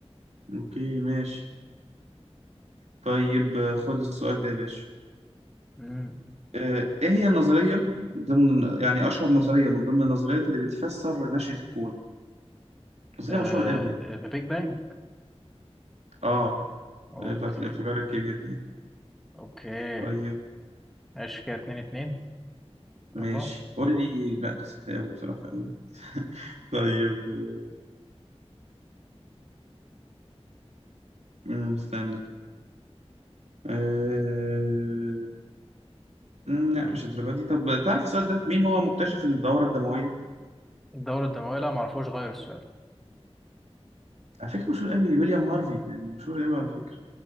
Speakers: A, on the right; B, in the centre.
A: أوكي ماشي طيب آه، خد السؤال ده يا باشا
B: امم
A: آه، إيه هي النظرية ضمن يعني أشهر نظرية من ضمن النظريات اللي بتفسر نشأة الكون نظرية
B: آه
A: مشهورة أوي يعني
B: ذا بيج بانج
A: آه
B: اوكي
A: اللي هي بتاعت الانفجار الكبير دي
B: اوكي
A: طيب
B: ماشي كده اتنين اتنين
A: ماشي
B: يلا
A: قول لي لا ده سهل أوي بصراحة أوي <laughs> طيب آه، مم، استنى آه، مم، لا مش الدرجة دي طب تعرف السؤال ده مين هو مكتشف الدورة الدموية؟
B: الدورة الدموية لا معرفوش غير السؤال
A: على فكرة مشهور أوي ويليام هارفي يعني مشهور أوي على فكرة